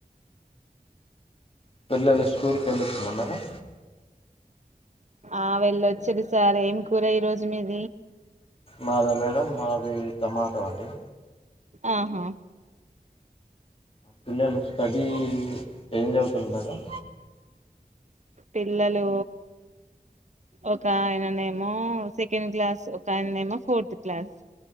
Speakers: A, on the left; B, on the right.
A: పిల్లలు స్కూల్కి వెళ్ళతున్నార మేడం.
B: ఆ వెళ్ళొచిరు సార్ ఏం కూర ఈ రోజు మీది.
A: మాదా మేడం. మాది టమాటో అండి.
B: ఆహా
A: పిల్లలు స్టడీ ఏం చదువుతున్నారు మేడం.
B: పిల్లలు ఒక ఆయననేమో సెకండ్ క్లాస్ ఒక ఆయననేమో ఫోర్త్ క్లాస్.